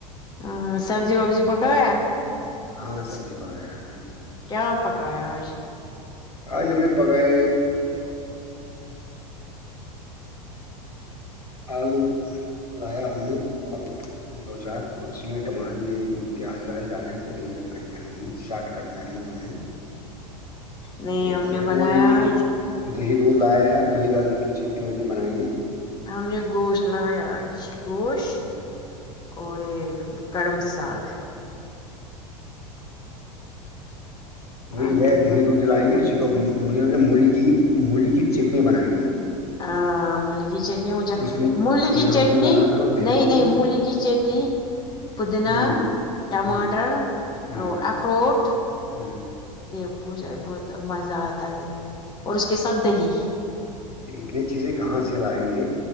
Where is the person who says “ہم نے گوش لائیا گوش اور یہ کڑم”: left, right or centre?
Left